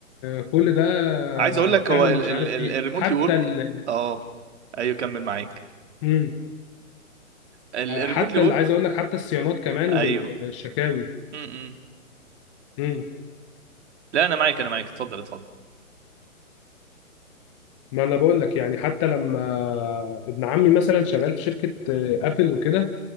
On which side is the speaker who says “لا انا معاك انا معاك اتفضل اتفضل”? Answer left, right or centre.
Right